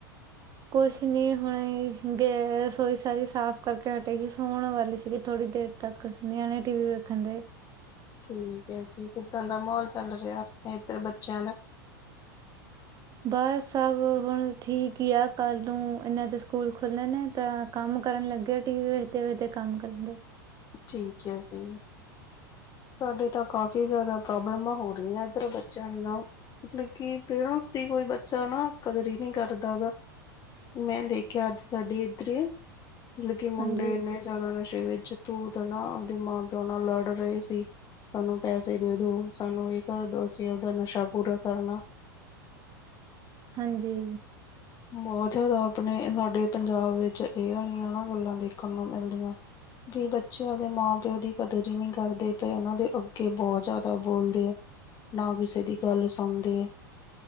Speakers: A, on the right; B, on the left.
A: ਕੁਛ ਨੀ ਹੁਣੇ ਗੲਏ ਰਸੋਈ ਸਾਰੀ ਸਾਫ਼ ਕਰਕੇ ਹਟੇਗੀ, ਸੋਣ ਵਾਲੀ ਸੀਗੀ ਥੋੜ੍ਹੀ ਦੇਰ। ਤੱਕ ਨਿਆਣੇ ਟੀ ਵੀ ਵੇਖਣ ਦੇ
B: ਠੀਕ ਹੈ ਜੀ, ਕਿੱਦਾਂ ਦਾ ਮਾਹੌਲ ਚੱਲ ਰਿਹਾ, ਅਪਣੇ ਇੱਧਰ ਬੱਚਿਆਂ ਦਾ?
A: ਬਸ ਸਭ ਹੁਣ ਠੀਕ ਹੀ ਆ ਕੱਲ੍ਹ ਨੂੰ ਇਨਾਂ ਦੇ ਸਕੂਲ ਖੁਲ੍ਹਣ ਨੇ। ਤਾਂ ਕੰਮ ਕਰਨ ਲੱਗੇ ਐ, ਟੀ ਵੀ ਵੇਖਦੇ-ਵੇਖਦੇ ਕੰਮ ਕਰਨ ਦੇ।
B: ਠੀਕ ਹੈ ਜੀ। ਸਾਡੇ ਤਾਂ ਕਾਫੀ ਜੈਦਾ ਪ੍ਰੋਬਲਮਾਂ ਹੋ ਰਹੀਆਂ ਏੱਧਰ ਬੱਚਿਆਂ ਦੀਆਂ। ਮਤਲਬ ਕਿ ਪੇਰੈਂਟਸ ਦੀ ਕੋਈ ਬੱਚਾ ਨਾ ਕਦਰ ਹੀ ਨੀ ਕਰਦਾ ਗਾ। ਮੈਂ ਦੇਖਿਆ ਅੱਜ ਸਾਡੇ ਏਧਰ ਹੀ ਐ। ਮਤਲਬ ਕਿ ਮੁੰਡੇ
A: ਹਾਂਜੀ,
B: ਇਨੇ ਜਿਆਦਾ ਨਸ਼ੇ ਵਿੱਚ ਤੂ ਤੜਾ ਆਪਦੇ ਮਾਂ ਪਿਓ ਨਾਲ ਲੜ ਰਹੇ ਸੀ ਸਾਨੂੰ ਪੈਸੇ ਦੇ ਦੋ ਸਾਨੂੰ ਇਹ ਕਰ ਦੋ ਸੀਂ ਉਹਦਾ ਨਸ਼ਾ ਪੂਰਾ ਕਰਨਾ
A: ਹਾਂਜੀ
B: ਬੌਹ ਜੈਦਾ ਅਪਣੇ ਸਾਡੇ ਪੰਜਾਬ ਵਿੱਚ ਏਹ ਆਲੀਆਂ ਨਾ ਗੱਲਾਂ ਦੇਖਣ ਨੂੰ ਮਿਲਦੀਆਂ। ਬਈ ਬੱਚਿਆਂ ਦੇ ਮਾਂ-ਪਿਓ ਦੀ ਕਦਰ ਹੀ ਨੀ ਕਰਦੇ ਪਏ। ਔਨਾਂ ਦੇ ਅੱਗੇ ਬੋਤ ਜੈਦਾ ਬੋਲਦੇ ਆ। ਨਾ ਕਿਸੇ ਦੀ ਗੱਲ ਸੁਣਦੀ ਏ।